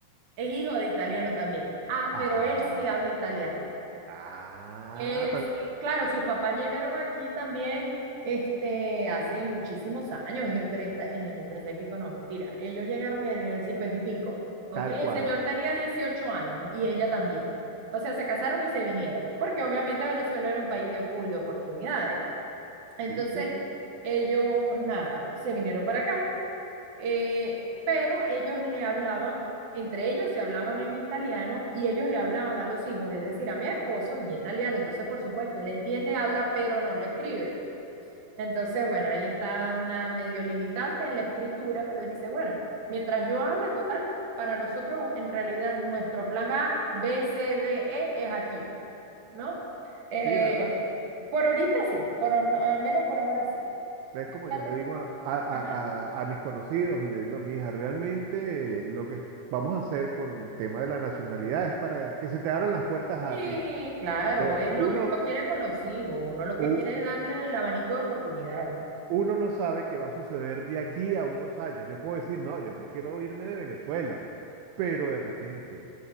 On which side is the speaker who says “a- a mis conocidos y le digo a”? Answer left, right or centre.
Right